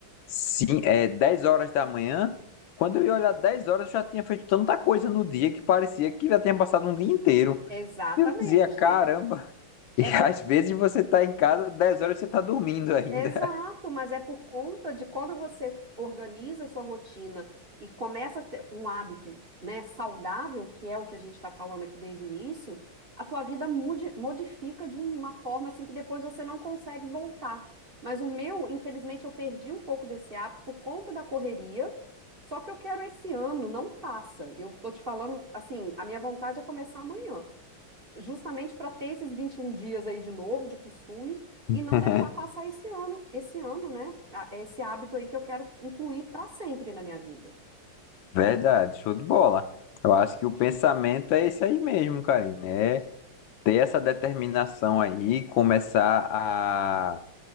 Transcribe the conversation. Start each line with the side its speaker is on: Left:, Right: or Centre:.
Left: sim é, 10 horas da manhã. Quando eu ia olhar 10 horas, eu já tinha feito tanta coisa no dia que parecia que já tinha passado um dia inteiro.
Right: Exatamente.
Left: Eu dizia, caramba. <laughs> E
Right: É
Left: às vezes você tá em casa, 10 horas você tá dormindo ainda.
Right: Exato, mas é por conta de quando você organiza a sua rotina e começa a ter um hábito, né, saudável, que é o que a gente está falando aqui desde o início, a tua vida mudi- modifica de uma forma assim que depois você não consegue voltar. Mas o meu, infelizmente, eu perdi um pouco desse hábito por conta da correria, só que eu quero esse ano, não passa. Eu tô te falando, assim, a minha vontade é começar amanhã justamente para ter esses 21 dias aí de novo, de costume,
Left: <laughs>
Right: e não deixar passar esse ano, esse ano, né? a- Esse hábito aí que eu quero incluir para sempre na minha vida.
Left: Verdade, show de bola. Eu acho que o pensamento é esse aí mesmo, Karine. É ter essa determinação aí, começar a